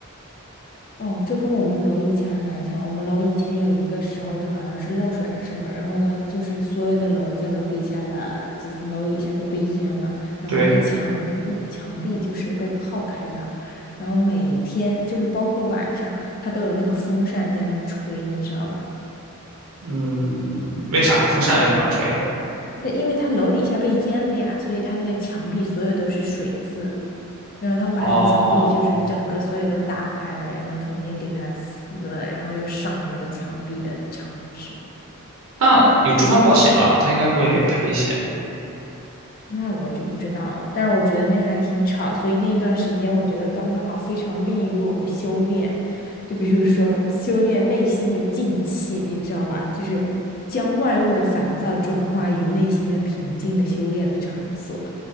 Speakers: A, on the left (about 40°); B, on the right (about 70°).
A: 哦，这跟我们楼以前还蛮像。我们楼以前有一个时候，就好像是漏水还是什么，然后呢，就是所有的楼在楼底下的几层楼以下都被淹了，然后那个墙嗯墙壁就是被泡开了，
B: 对，
A: 然后每天就是包括晚上，它都有那个风扇在那儿吹，你知道吧？
B: 嗯，为啥风扇为什么要吹啊？
A: 对，因为它楼底下被淹了呀，所以它那个墙壁所有都是水渍，然后他们把那个墙壁就是整个所有都打开来，
B: 哦，
A: 然后重新给它撕了，然后又上了那个墙壁的墙纸。
B: 那有住房保险吧，他应该会赔一些。
A: 那我就不知道了，但是我觉得那个还挺吵，所以那一段时间我觉得刚刚好非常利于我们修炼，就比如说修炼内心的静气，你知道吧？就是将外物的烦躁转化于内心的平静的修炼的场所。